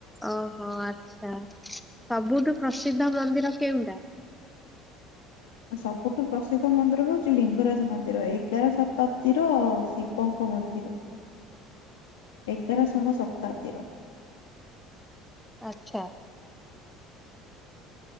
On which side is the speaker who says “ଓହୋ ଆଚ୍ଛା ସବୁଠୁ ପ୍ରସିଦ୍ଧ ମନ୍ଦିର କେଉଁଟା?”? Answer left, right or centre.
Centre